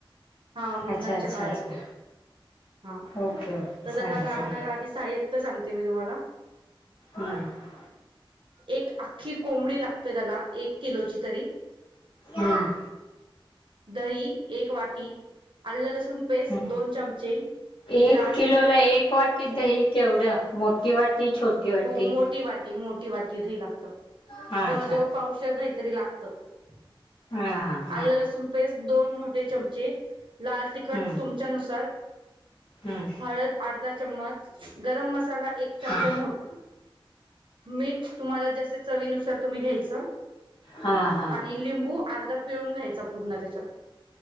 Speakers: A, on the right (about 65°); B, on the left (about 70°).
A: हा मुघलांच्या
B: अच्छा अच्छा
A: काळातलं
B: अच्छा
A: हा
B: ओके ओके
A: तर त्याला
B: सांगा
A: लागणार
B: सांगा
A: आधी साहित्य त्य सांगते मी तुम्हाला
B: हम्म
A: एक आख्खी कोंबडी लागते त्याला एक किलोची तरी
B: हम्म
A: दही एक वाटी आलं लसूण ण पेस्ट
B: हम्म
A: दोन चमचे
B: एक
A: लाल
B: किलोला
A: तिखट
B: एक वाटी दही केवढ मोठी वाटी छोटी वाटी
A: हो मोठी वाटी मो मोठी वाटी दही लागत
B: हा अच्छा
A: जवळ जवळ पावशेर तरी लागतं
B: हा हा हा
A: आलं लसूण पेस्ट दोन मोठे चमचे लाल तिखट
B: हम्म
A: तुमच्यानुसार
B: हम्म
A: हळद अर्धा चम्मच गरम मसा मसाला एक चमचा
B: हा
A: मोठा मीठ तुम्हाला जसे चवीनुसार तुम्ही घ्यायचं
B: हा हा हा
A: आणि लिंबू अर्धा पिळून घ्यायचा पूर्ण त्याच्यात